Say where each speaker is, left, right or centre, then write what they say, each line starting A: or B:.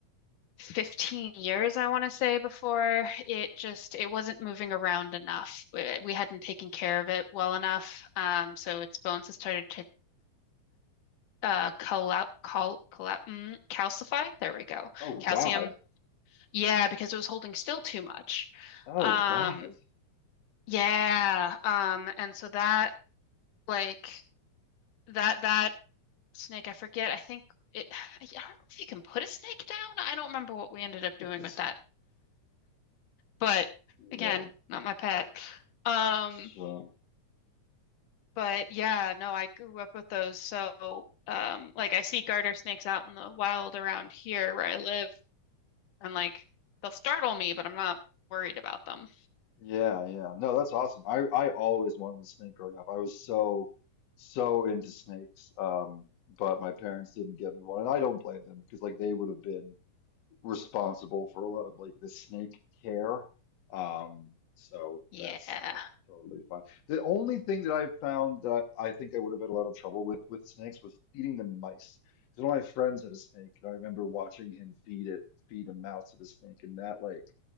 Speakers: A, on the left; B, on the left.
A: 15 years, I want to say, before it just it wasn't moving around enough. We, we hadn't taken care of it well enough, um, so its bones had started to uh cal cal cal mm, calcify. There we go.
B: Oh God.
A: Calcium. Yeah, because it was holding still too much.
B: Oh
A: Um,
B: God.
A: yeah. Um, and so that like that that snake, I forget. I think it, <sighs> I don't know if you can put a snake down. I don't remember what we ended up doing
B: <laughs>
A: with that. But
B: Yeah.
A: again, not my pet. Um,
B: So
A: but yeah, no, I grew up with those. So, um, like I see garter snakes out in the wild around here where I live, and like they'll startle me, but I'm not worried about them.
B: yeah, yeah. No, that's awesome. I I always wanted a snake growing up. I was so so into snakes. Um, but my parents didn't get me one, and I don't blame them because like they would have been. responsible for a lot of like the snake care. Um, so
A: Yeah.
B: that's that's totally fine. The only thing that I've found that I think I would have had a lot of trouble with with snakes was feeding them mice. Because one of my friends had a snake, and I remember watching him feed it, feed a mouse to the snake, and that like